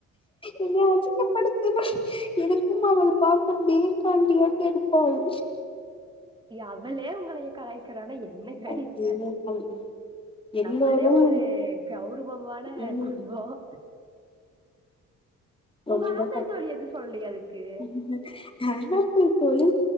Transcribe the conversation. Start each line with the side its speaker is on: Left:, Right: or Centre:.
Left: என்ன அசிங்கப்படுத்துற எனக்கும் அவள் பார்த்த <unintelligible> இருப்பாள்
Right: அவளே உங்களைய கலயக்கிறானா என்னக
Left: அதேதான்
Right: நீங்க
Left: எல்லோரும்
Right: நம்மளே ஒரு கௌ குடும்பமான
Left: ம்
Right: குடும்பம் உங்க
Left: ரொம்ப
Right: ஆப்பிள் தோழி எது சொல்லயா அதுக்கு
Left: கஷ்டம் <unintelligible> தோழி